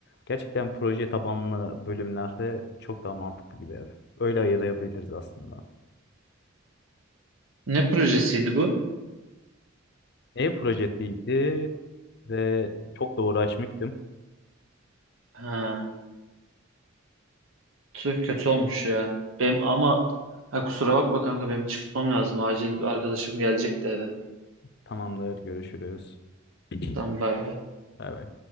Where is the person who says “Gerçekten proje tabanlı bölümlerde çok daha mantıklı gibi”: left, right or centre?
Left